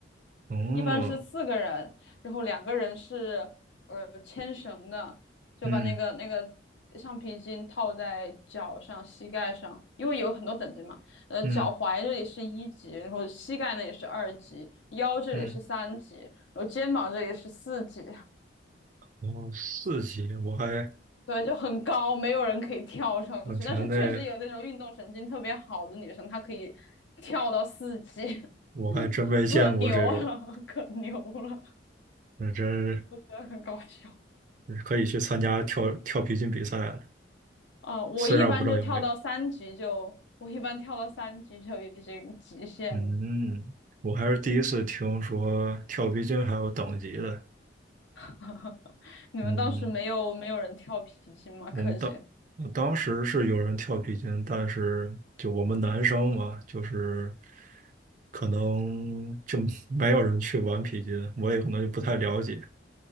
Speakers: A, on the right; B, on the left.
A: 哦，
B: 一般是四个人，然后两个人是呃牵绳的，就把那个那个橡皮筋套在脚上、
A: 嗯
B: 膝盖上，因为有很多等级嘛。呃，
A: 嗯
B: 脚踝这里是一级，然后膝盖呢也是二级，腰这里是三级，
A: 嗯，
B: 然后肩膀这里是四级。
A: 然后四级，我还，
B: 对，就很高，没有人可以跳上去。
A: 我觉得那
B: 但是确实有那种运动神经特别好的女生，她可以跳到四级，
A: 我还真没见过这种，
B: <laughs> 可牛了，可牛了，
A: 那真
B: 我觉得很搞笑。
A: 可以去参加跳跳皮筋比赛了，
B: 哦，我一般就跳到三级就，
A: 虽然我不知道有没有。
B: 我一般跳到三级就已经极限了。
A: 嗯，我还是第一次听说跳皮筋还有等级的。
B: <laughs> 你们当时没有没有人跳皮筋吗？
A: 嗯，我们当我当时是有人跳皮筋，
B: 柯间？
A: 但是就我们男生嘛，就是可能就 <laughs> 没有人去玩皮筋，我也可能就不太了解。